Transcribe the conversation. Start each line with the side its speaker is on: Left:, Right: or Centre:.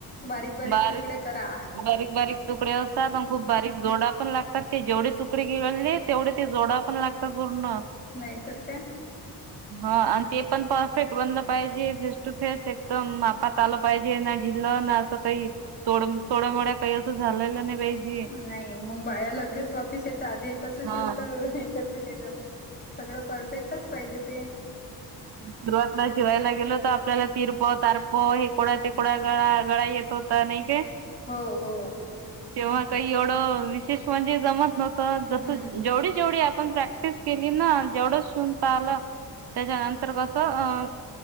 Left: बारीक
Right: बारीक
Left: तुकडे करा.
Right: बारीक बारीक तकडे असतात
Left: हा
Right: अण खूप बारीक जोडा पण लागतात ते जेवढे तुकडे गिळले तेवढे ते जोडा पण लागतात पूर्ण
Left: नाही तर काय
Right: हा आणि ते पण परफेक्ट बनल पाहिजे फेस टू फेस एकदम मापात आल पाहिजे ना ढिल क ना आज सकाळी काही थोडम थोड्यामड्या काही अस झाल नाही पाहिजे.
Left: नाही मग बाया लगेच वापीस येत आधी हे कस
Right: हा.
Left: शिवल हे कस केल सगळ परफेक्टच पाहिजे ते
Right: हम् ध्रुवातला शिवायला गेलो तर आपल्याला तीरप तारप हेकोड्या तिकोड्या गळा गळा येत होता नाही काय
Left: हो हो
Right: तेव्हा काय ड म्हणे
Left: हम्म
Right: जत ज जेव जेव ण प्रॅक्टिस केली ना जेवढ शवून पाहिलं त्याच्यानंतर तर कसं